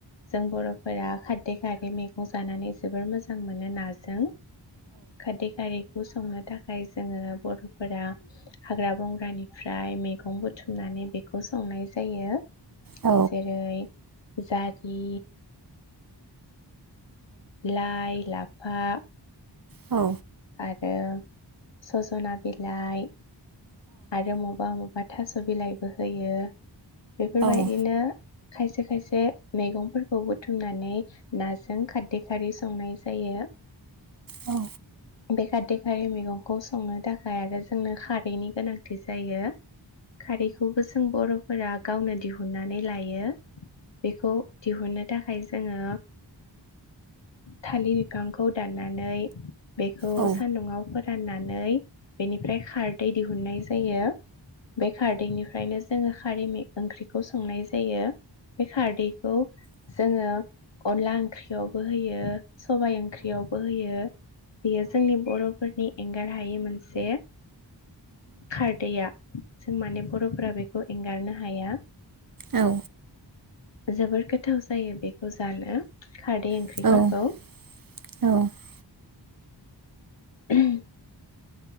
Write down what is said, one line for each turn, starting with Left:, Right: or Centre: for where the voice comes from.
Left: जों बर'फोरा खारदै खारै मैगं जानानै जोबोर मोजां मोनो नाजों। खारदै खारै बेखौ संनो थाखाय जोङो बर'फोरा हाग्रा बंग्रानिफ्राय मैगं बुथुमनानै बेखौ संनाय जायो।
Right: औ
Left: जेरै जारि लाय-लाफा बा
Right: औ
Left: आरो सजना बिलाइ। आरो मबा मबा थास' बिलाइबो होयो। बेफोरबायदिनो
Right: औ
Left: खायसे खायसे मैगंफोरखौ बुथुमनानै नाजों खारदै खारै संनाय जायो।
Right: औ
Left: बे खारदै खारै मेगंखौ संनो थाखाय आरो जोंनो खारैनि गोनांथि जायो। खारैखौबो जों बरफोरा गावनो दिहुननानै लायो। बेखौ दिहुननो थाखाय जोङो। थालिर बिफांखौ दाननानै। बेखौ
Right: औ
Left: सानदुंआव फोरानना नै बेनिफ्राय खारदै दिहुननाय जायो बे खारदैनिफ्रायनो जोङो। खारि मे ओंख्रिखौ संनाय जायो। बे खारदैखौ जोङो। अनला ओंख्रियावबो होयो। सबाइ ओंख्रियावबो होयो। जोंनि बरफोरनि एंगार हायै मोनसे खारदैया जों माने बर'फोरा बेखौ एंगारनो हा हाया।
Right: औ।
Left: जोबोर गोथाव जायो बेखौ जानो खारदै ओंख्रिफोरखौ
Right: औ औ
Left: उमह